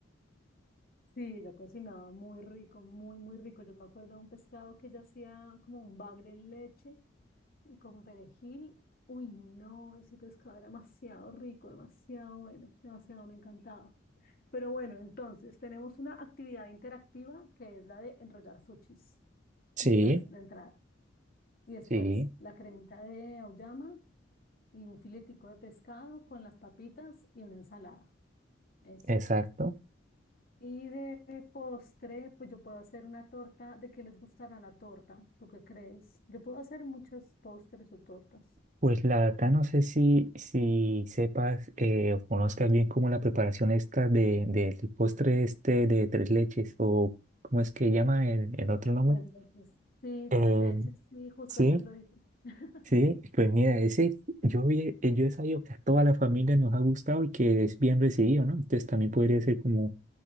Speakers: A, on the left; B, on the right.
A: Sí, ella cocinaba muy rico, muy, muy rico. Yo me acuerdo de un pescado que ella hacía como un bagre en leche y con perejil. Uy, no, ese pescado era demasiado rico, demasiado bueno, demasiado me encantaba. Pero bueno, entonces tenemos una actividad interactiva que es la de enrollar sushis.
B: Sí,
A: Y esa es la entrada. Y después
B: sí,
A: la cremita de auyama y un filetico de pescado con las papitas y una ensalada. Eso.
B: exacto.
A: Y de postre, pues yo puedo hacer una torta. ¿De qué les gustará la torta? ¿Tú qué crees? Yo puedo hacer muchos postres o tortas.
B: Pues la verdad no sé si, si sepas eh, o conozcas bien como la preparación esta de, del postre este de tres leches o cómo es que llama el, el otro nombre.
A: Tres leches. Sí,
B: Eh,
A: tres leches. Sí, justo
B: sí,
A: ayer lo dije. <laughs>
B: sí,
A: Sí.
B: pues mira, ese yo, vi- eh, yo he sabido que a toda la familia nos ha gustado y que es bien recibido, ¿no? Entonces también podría ser como,